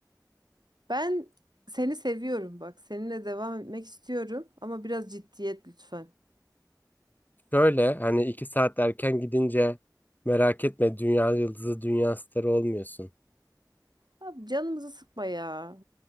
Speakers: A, on the right (about 75°); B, on the left (about 25°).
A: Ben seni seviyorum bak. Seninle devam etmek istiyorum ama biraz ciddiyet lütfen.
B: Şöyle hani iki saat erken gidince merak etme dünya yıldızı dünya starı olmuyorsun.
A: Abi canımızı sıkma ya.